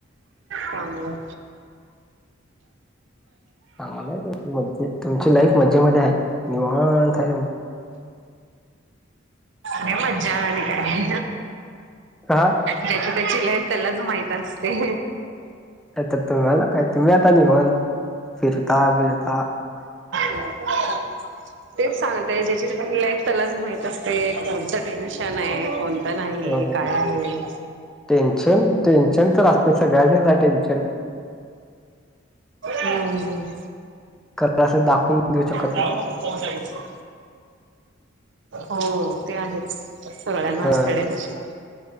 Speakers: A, on the right; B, in the centre.
A: त्यामुळ
B: चांगल हाय की म तुमची लाईफ मजे मध्ये हाय निवांत हाय
A: मज्जा आणि काय
B: का
A: ज्याची त्याची लाईफ त्याला माहित असते.
B: आ तर तुम्हाला काय तुम्ही अता निवांत न फिरता फिरता.
A: <unintelligible> तेच सांगते ज्याची तु लाईफ त्यालाच माहित असते कोणतं टेन्शन आहे कोण आता नाही
B: हो हो.
A: काय आहे.
B: टेन्शन टेन्शन तर असते सगळ्यांनीच आहे टेन्शन
A: हम्म.
B: कला असं दाखवून देऊ शकत
A: जाऊ
B: नाही.
A: मग पाऊस आहे तिथं. हो ते आहेच सगळ्यांना
B: हा
A: नसाड्यांची.